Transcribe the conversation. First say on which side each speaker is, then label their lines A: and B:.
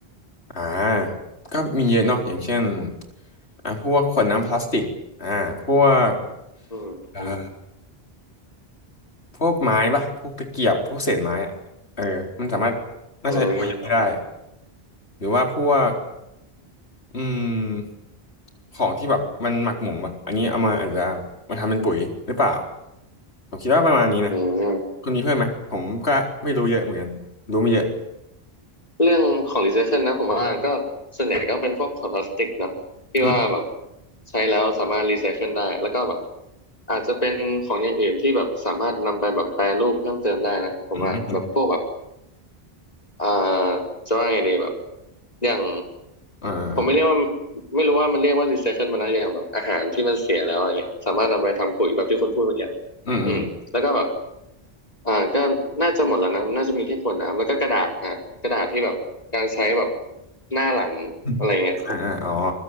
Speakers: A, on the left; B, on the left.
A: อ่าก็มีเยอะเนาะอย่างเช่นอ่าพวกขวดน้ำพลาสติกอ่าพวก
B: อืมอืม
A: อ่า พวกไม้ปะพวกตะเกียบพวกเศษไม้อะเออมันสามารถน่าจะเอาไปได้
B: อืม
A: หรือว่าพวกอืมของที่แบบมันหมักหมมปะอันนี้เอามาอาจจะมาทำเป็นปุ๋ยหรือเปล่าผมคิดว่าประมาณนี้นะ
B: อืม
A: คุณมีเพิ่มไหมผมก็ไม่รู้เยอะเหมือนกันรู้ไม่เยอะ
B: เรื่องของรีไซเคิลนะผมว่าก็ส่วนใหญ่ก็เป็นพวกขวดพลาสติกเนาะที่ว่าแบบ
A: อืม
B: ใช้แล้วสามารถรีไซเคิลได้แล้วก็แบบอาจจะเป็นของอย่างอื่นที่แบบสามารถนำไปแบบแปรรูปเพิ่มเติมได้นะผมว่าแบบพวกแบบ
A: อืมอืม
B: อ่าจะว่าไงดีแบบอย่าง
A: อ่า
B: ผมไม่เรียกว่าไม่รู้ว่ามันเรียกว่ารีไซเคิลมันนะอย่างแบบอาหารที่มันเสียแล้วอะไรเงี้ยสามารถนำไปทำปุ๋ยแบบที่คุณพูดเมื่อกี้
A: อืมอืม
B: อืมแล้วก็แบบ อ่าก็น่าจะหมดแล้วนะน่าจะมีแค่ขวดน้ำแล้วก็กระดาษอ่ะกระดาษที่แบบการใช้แบบหน้าหลังอะไรเงี้ย
A: อมอ่าอ่าอ๋อ